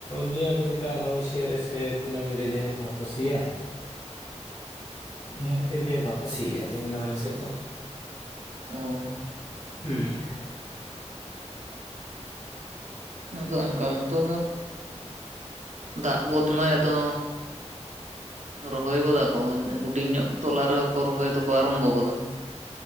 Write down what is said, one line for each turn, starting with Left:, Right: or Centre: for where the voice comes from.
Left: ᱞᱟᱹᱭᱟᱠᱚ ᱪᱮᱛᱟᱱ ᱵᱟᱹᱵᱟ ᱵᱟᱥᱤᱭᱟ ᱨᱮ ᱥᱮ ᱠᱩᱱᱟᱹᱢᱤ ᱨᱮ ᱡᱮᱦ ᱵᱟᱠᱚ ᱥᱤᱭᱟ ᱤᱱᱟᱹ ᱠᱷᱟᱹᱛᱤᱨ ᱜᱮ ᱵᱟᱠᱚ ᱥᱤᱭᱮᱫ-ᱟ ᱛᱮᱦᱤᱧ ᱫᱚ ᱟᱞᱮ ᱥᱮᱫ ᱫᱚ
Right: ᱚ
Left: ᱦᱩᱸ
Right: ᱟᱫᱚ ᱚᱱᱠᱟ ᱢᱚᱛ ᱫᱚ ᱫᱟᱜ ᱜᱚᱫᱢᱟᱭ ᱟᱫᱚ ᱨᱚᱦᱚᱭ ᱜᱚᱫᱟ ᱠᱚ ᱦᱩᱰᱤᱧ ᱧᱚᱜ ᱛᱚᱞᱟ ᱨᱮᱦᱚᱸ ᱠᱚ ᱨᱚᱦᱚᱭ ᱫᱚᱠᱚ ᱟᱨᱟᱢᱵᱷᱚ ᱜᱚᱫᱟ